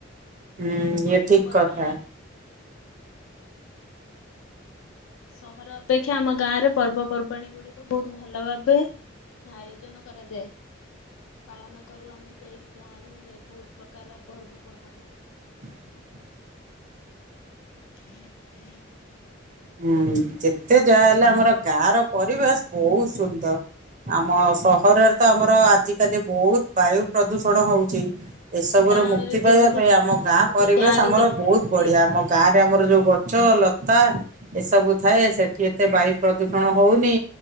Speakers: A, on the right; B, on the left.
A: ହୁଁ
B: ଆମ
A: ଇଏ
B: ପର୍ବପର୍ବାଣୀ
A: ଠିକ୍ କଥା।
B: ସହର ଅପେକ୍ଷା ଆମ ଗାଁରେ ପର୍ବପର୍ବାଣୀ ଗୁଡି଼କ ବହୁତ ଭଲ ଭାବେ- ଆୟୋଜନ କରାଯାଏ। ପାଳନ କରୁ ଆମେ ଯାଇକି ଗାଁରେ ବହୁତ ପ୍ରକାର ପର୍ବପର୍ବାଣି।
A: <inaudible>
B: <inaudible>
A: ହୁଁ ଯେତେ ଯାହା ହେଲା ଆମର ଗାଁ ର ପରିବେଶ ବହୁତ ସୁନ୍ଦର। ଆମ ସହରରେ ତ ଆମର ଆଜିକାଲି ବହୁତ ବାୟୁ ପ୍ରଦୂଷଣ ହଉଛି। ଏସବୁ
B: ଗାଁରେ
A: ରୁ ମୁକ୍ତି
B: ଯେମିତି
A: ପାଇବା ପାଇଁ
B: ଚାଷ
A: ଆମ ଗାଁ
B: ହେଉଛି
A: ପରିବେଶ
B: ଗାଁରେ
A: ଆମର
B: ଯେମିତି
A: ବହୁତ
B: ନଦୀ
A: ବଢି଼ଆ
B: ଅଛି
A: ଆମ ଗାଁ ରେ ଆମର ଯୋଉ ଗଛ ଲ ତା। ଏସବୁ ଥାଏ ସେଠି ଏତେ ବାୟୁ ପ୍ରଦୂଷଣ ହଉନି